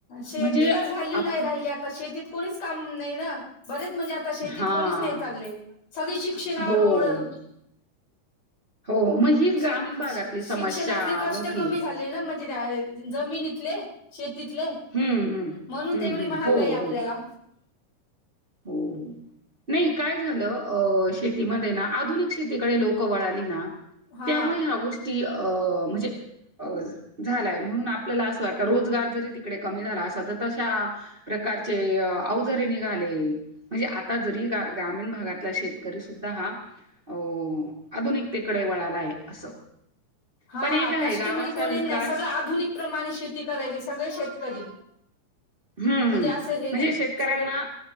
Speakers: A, on the left; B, on the right.
A: शेतीलाच
B: म्हणजे
A: व्हॅल्यू
B: आप
A: नाही राहिली आता शेतीत कोणीचऽऽ काम नाही ना, बरेचऽऽ म्हणजे आता शेतीत
B: हां.
A: कोणीच नाही चालले,, सगळी शिक्षणावर
B: हो,
A: ओळऽऽ
B: हो, हो. मग हीच ग्रामीण
A: शिक
B: भागातली समस्या
A: शिक्षणातले कष्ट
B: मोठी
A: कमी
B: आहे.
A: झाले म्हणजे जमीन इथले शेत तिथले
B: हं, हं.
A: म्हणून
B: हं,
A: तेवढी
B: हं.
A: महागाई
B: हो, हो.
A: आपल्याला
B: हो नाही काय झालं अ शेतीमध्ये ना आधुनिक शेतीकडे लोक वळाली ना
A: हा
B: त्यामुळे ह्या गोष्टी अं म्हणजे अ झालाय म्हणून आपल्याला असं वाटतं रोजगार जरी तिकडे कमी झाला असाल तर तशाकार प्रकारचे अवजरे निघाले म्हणजे आता जरी ग्रामीण भागातला शेतकरी सुद्धा हा अ आधुून एक तकडे वळालाय असं
A: हा
B: पण एक आहे
A: कष्ट
B: गावाचा
A: म्हणजे कोणी
B: विकास
A: नाही सगळ आधुनिक प्रमाणे शेती करायली सगळे शेतकरी
B: हम्मम्
A: असं
B: म्हणजे
A: हे नाही
B: शेतकऱ्यांना
A: सगळं